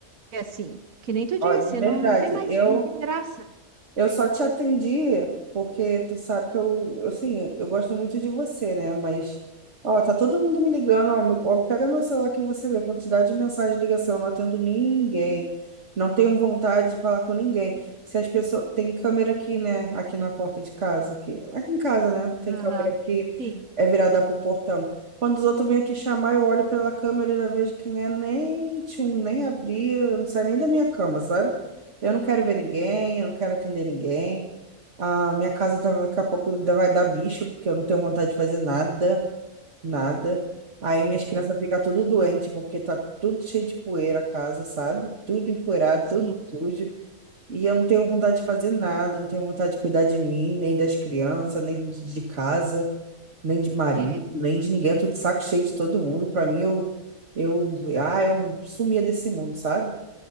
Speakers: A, on the right; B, on the right.
A: assim. Que nem tu disse,
B: ó, de verdade,
A: não, não tem mais,
B: eu
A: não tem graça.
B: Eu só te atendi porque tu sabe que eu, eu, assim, eu gosto muito de você, né? Mas, ó, tá todo mundo me ligando, ó, meu- ó, pega meu celular que você vê a quantidade de mensagem ligação, eu não atendo ninguém. Não tenho vontade de falar com ninguém. Se as pessoas, tem câmera aqui, né? Aqui na porta de casa, aqui, aqui em casa, né? Tem
A: Aham.
B: câmera aqui,
A: Sim.
B: é virada pro portão. Quando os outros vêm aqui chamar, eu olho pela câmera e já vejo que não é nem tchum, nem abrir, não sai nem da minha cama, sabe? Eu não quero ver ninguém, eu não quero atender ninguém. A minha casa tá, daqui a pouco ainda vai dar bicho, porque eu não tenho vontade de fazer nada, nada. Aí minhas
A: É.
B: crianças
A: é.
B: ficam tudo doente, porque tá tudo cheio de poeira a casa, sabe? Tudo empoeirado,
A: Sim.
B: tudo sujo. E eu não tenho vontade de fazer nada, não tenho vontade de cuidar de mim, nem das crianças,
A: Uhum.
B: nem de, de casa, nem de marido,
A: É,
B: nem de ninguém. É tudo saco cheio de todo mundo. Pra mim, eu, eu, ah, eu sumia desse mundo, sabe?